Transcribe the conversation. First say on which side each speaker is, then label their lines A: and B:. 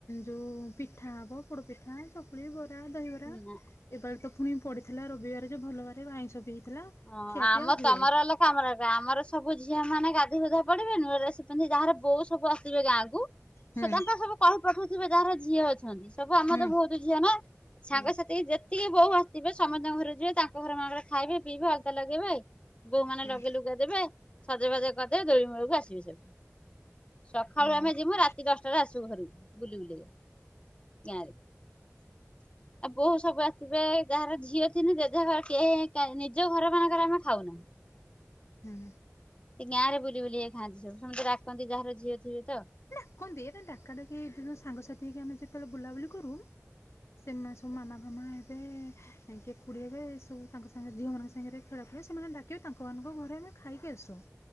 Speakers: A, on the left (about 60°); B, on the left (about 20°).
A: ଯୋଉ ପିଠା ହବ ପୋଡ ପିଠା ଚକୁଳି ବ ରହିବରା
B: ନା
A: ଏବାରେ ତ ପୁଣି ପଡିଥିଲା ରବିବାର ଯେ ଭଲ ବାରେ ଆଇଁଷ ବି ହେଇଥିଲା।
B: ହ
A: ଖିଆପିଆ
B: ଆମ
A: ହୁଏ।
B: ତମର କାମରେ ଆମର ସବୁ ଝିଅ ମାନେ ଗାଧି ପାଦ୍ଧେଇ ପଡିବେ ନୂଆ ଡ୍ରେସ ପିନ୍ଧି ଯାହାର ବୋଉ ସବୁ ଆସିବେ ଗାଁ କୁ
A: ହୁଁ
B: ସେ ତାଙ୍କର ସବୁ କହି ପଠଉଥିବେ ଯାହାର ଝିଅ ଅଛନ୍ତି। ସବୁ ଆମର
A: ହୁଁ
B: ତ ବହୁତ ଝିଅ ନା। ସାଙ୍ଗସାଥିକି
A: ହୁଁ
B: ଯେତିକି ବୋହୁ ଆସିଥିବେ ସମସ୍ତଙ୍କ ଘରେ ଯିବେ ତାଙ୍କ ଘର ମାନଙ୍କରେ ଖାଇବେ। ବି ଭ ଅଳତା ଲଗେଇ ବ ଆଇ ବୋଉ ମାନେ
A: ହୁଁ
B: ଲଗେଇ ଲୁଗେଇ ଦେବେ ସଜ ବାଜ କରିଦେବେ ଦୋଳି ମୂଳକୁ ଆସିବେ ସବୁ। ସକାଳୁ
A: ହୁଁ
B: ଆମେ ଯିବୁ ରାତି ଦଶଟାରେ ଆସିବୁ ଘରକୁ ବୁଲି ବୁଲିକା। <unintelligible> ଆଉ ବୋହୁ ସବୁ ଆସିବେ ଯାହାର ଝିଅ ଥିଲେ <unintelligible> ଯୋଉ ଘର ମାନଙ୍କରେ ଆମେ ଖାଉନାହିଁ।
A: ହୁଁ।
B: ଏ ଗାଁରେ ବୁଲି ବୁଲିକି ଯାଇକି ଖାଆନ୍ତି ସବୁ ସମସ୍ତେ ଡ଼ାକନ୍ତି ଯାହାର ଝିଅଥିବେ ତ।
A: <unintelligible> ଦିଏନା ସାଙ୍ଗସାଥି ହେ ଆମେ ଯେତେବେଳେ ବୁଲାବୁଲି କରୁ ସେମା ସମୁ ମାମା ଫାମା ହେବେ <unintelligible> କାଇଁକି ଖୋଡ଼ି ହେବେ ଏସବୁ ତାଙ୍କ ସାଙ୍ଗ ଝିଅ ମାନଙ୍କ ସାଙ୍ଗରେ ଖେଳା ଖେଳି ସେମାନେ ଡାକିବେ ତାଙ୍କମାନଙ୍କ ଘରେ ଆମେ ଖାଇକି ଆସୁ।